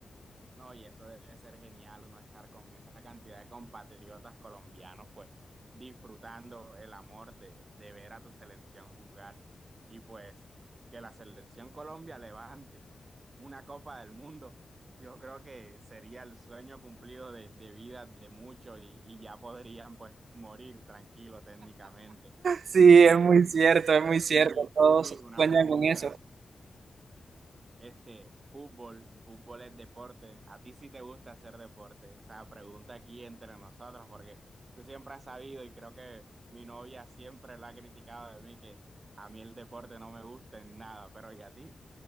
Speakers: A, on the right; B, on the right.
A: No, y eso debe ser genial, uno estar con esa cantidad de compatriotas colombianos, pues disfrutando el amor de, de ver a tu selección jugar y pues que la selección Colombia levante una Copa del Mundo, yo creo que sería el sueño cumplido de, de vida de muchos y, y ya podrían pues morir tranquilo técnicamente.
B: Sí,
A: Sí,
B: es muy cierto, es muy cierto,
A: y Luis,
B: todos
A: Luis, una
B: sueñan
A: pregunta.
B: con eso.
A: Este, fútbol, fútbol es deporte. ¿A ti sí te gusta hacer deporte? O sea, pregunta aquí entre nosotros, porque tú siempre has sabido y creo que mi novia siempre lo ha criticado de mí, que a mí el deporte no me gusta en nada, pero ¿y a ti?